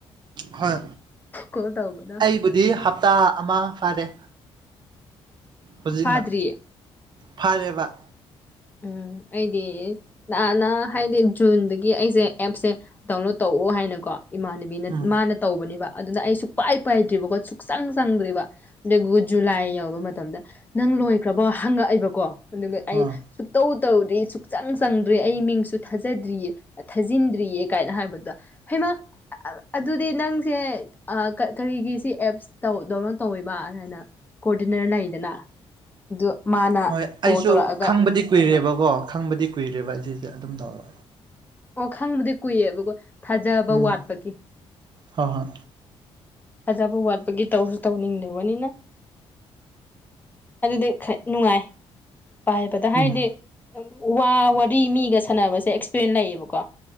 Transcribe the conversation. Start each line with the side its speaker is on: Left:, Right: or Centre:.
Right: ꯍꯣꯏ
Left: ꯀꯣꯜ ꯇꯧꯕꯗ
Right: ꯑꯩꯕꯨꯗꯤ ꯍꯞꯇꯥ ꯑꯃ ꯐꯔꯦ ꯍꯧꯖꯤꯛꯅ
Left: ꯐꯥꯗ꯭ꯔꯤꯌꯦ
Right: ꯐꯔꯦꯕ
Left: ꯎꯝ ꯑꯩꯗꯤ ꯅꯍꯥꯟꯅ ꯍꯥꯏꯗꯤ ꯖꯨꯟꯗꯒꯤ ꯑꯩꯁꯦ ꯑꯦꯞꯁꯦ ꯗꯥꯎꯟꯂꯣꯗ ꯇꯧꯑꯣ ꯍꯥꯏꯅꯀꯣ ꯏꯃꯥꯅꯕꯤ
Right: ꯎꯝ
Left: ꯃꯥꯅ ꯇꯧꯕꯅꯦꯕ ꯑꯗꯨꯅ ꯑꯩ ꯁꯨꯛꯄꯥꯏ ꯄꯥꯏꯗ꯭ꯔꯤꯕꯀꯣ ꯁꯨꯛꯆꯪ ꯆꯪꯗ꯭ꯔꯤꯕ ꯑꯗꯨꯒ ꯖꯨꯂꯥꯏ ꯌꯧꯕ ꯃꯇꯝꯗ ꯅꯪ ꯂꯣꯏꯈ꯭ꯔꯕꯣ ꯍꯪꯉꯛꯑꯏꯕꯀꯣ ꯑꯗꯨꯒ ꯑꯩ
Right: ꯑꯥ
Left: ꯇꯧ ꯇꯧꯗ꯭ꯔꯤ ꯁꯨꯛꯆꯪ ꯆꯪꯗ꯭ꯔꯤ ꯑꯩ ꯃꯤꯡꯁꯨ ꯊꯥꯖꯗ꯭ꯔꯤꯌꯦ ꯊꯥꯖꯤꯟꯗ꯭ꯔꯤꯌꯦ ꯀꯥꯏꯅ ꯍꯥꯏꯕꯗ ꯍꯩꯃ ꯑꯗꯨꯗꯤ ꯅꯪꯁꯦ ꯀꯔꯤꯒꯤ ꯁꯤ ꯑꯦꯞꯁ ꯗꯥꯎꯟꯂꯣꯗ ꯇꯧꯋꯤꯕ ꯑꯗꯨꯃꯥꯏꯅ ꯀꯣꯑꯣꯗꯤꯅꯔ ꯂꯩꯗꯅ ꯑꯗꯨ ꯃꯥꯅ
Right: ꯍꯣꯏ ꯑꯩꯁꯨ
Left: ꯀꯣꯜ ꯇꯧꯔꯛꯑꯒ
Right: ꯈꯪꯕꯗꯤ ꯀꯨꯏꯔꯦꯕꯀꯣ ꯈꯪꯕꯗꯤ ꯀꯨꯏꯔꯦꯕ ꯑꯁꯤꯁꯦ ꯑꯗꯨꯝ ꯇꯧꯒ
Left: ꯑꯣ ꯈꯪꯕꯗꯤ ꯀꯨꯏꯑꯦꯕꯀꯣ ꯊꯥꯖꯕ
Right: ꯎꯝ
Left: ꯋꯥꯠꯄꯒꯤ
Right: ꯍꯣꯏ ꯍꯣꯏ
Left: ꯐꯖꯕ ꯋꯥꯠꯄꯒꯤ ꯇꯧꯁꯨ ꯇꯧꯅꯤꯡꯗꯕꯅꯤꯅ ꯑꯗꯨꯗꯤ ꯈ ꯅꯨꯡꯉꯥꯏ ꯄꯥꯏꯕꯗ ꯍꯥꯏꯗꯤ
Right: ꯎꯝ
Left: ꯋꯥ ꯃꯤꯒ ꯁꯥꯟꯅꯕꯁꯦ ꯑꯦꯛꯁꯄꯤꯔꯦꯟꯁ ꯂꯩꯌꯦꯕꯀꯣ